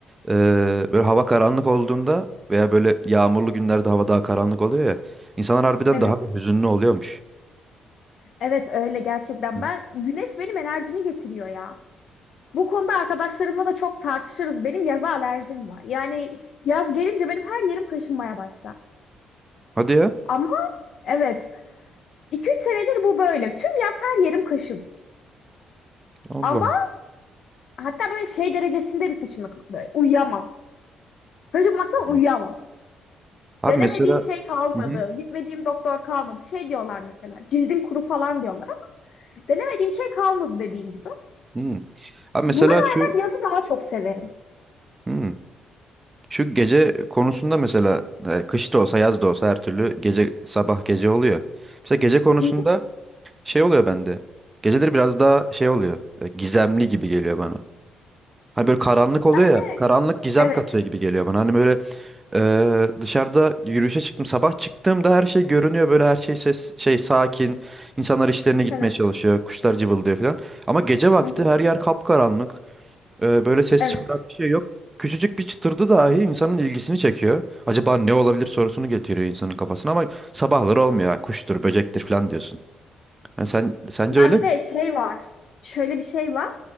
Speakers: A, on the right (about 20°); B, on the left (about 65°).
A: Ee, böyle hava karanlık olduğunda veya böyle yağmurlu günlerde hava daha karanlık oluyor ya. İnsanlar harbiden
B: Evet.
A: daha da hüzünlü oluyormuş.
B: Evet öyle gerçekten.
A: Hı.
B: Ben güneş benim enerjimi getiriyor ya. Bu konuda arkadaşlarımla da çok tartışırız. Benim yaza alerjim var. Yani yaz gelince benim her yerim kaşınmaya başlar.
A: Hadi ya.
B: Ama evet 2 üç senedir bu böyle. Tüm yaz her yerim kaşınır.
A: Allah
B: Ama hatta böyle şey derecesinde bir kaşınıklık böyle. Uyuyamam. Kaşınmaktan
A: Allah.
B: uyuyamam.
A: Abi
B: Denemediğim
A: mesela
B: şey kalmadı.
A: Hı hı.
B: Gitmediğim doktor kalmadı. Şey diyorlar mesela. Cildin kuru falan diyorlar. ama Denemediğim şey kalmadı dediğim gibi.
A: Hı. Abi mesela
B: Buna rağmen
A: şu
B: yazı daha çok severim.
A: Hı. Şu gece konusunda mesela e, kış da olsa yaz da olsa her türlü gece sabah gece oluyor. Mesela gece konusunda
B: Hı hı.
A: şey oluyor bende. Geceleri biraz daha şey oluyor. e, Gizemli gibi geliyor bana. Hani böyle karanlık oluyor
B: Ben
A: ya.
B: de
A: Karanlık gizem
B: evet.
A: katıyor gibi geliyor bana. Hani böyle eee, dışarıda yürüyüşe çıktım. Sabah çıktığımda her şey görünüyor. Böyle her şey ses, şey sakin. İnsanlar işlerine gitmeye
B: Evet.
A: çalışıyor. Kuşlar cıvıldıyor falan. Ama gece vakti
B: Hı hı.
A: her yer kapkaranlık. Eee böyle ses
B: Evet.
A: çıkaran bir şey yok. Küçücük bir çıtırdı dahi insanın ilgisini çekiyor. Acaba ne olabilir sorusunu getiriyor insanın kafasına ama sabahları olmuyor. Ha, Kuştur, böcektir falan diyorsun. Yani sen sence
B: Ya
A: öyle
B: bir
A: mi?
B: de şey var. Şöyle bir şey var.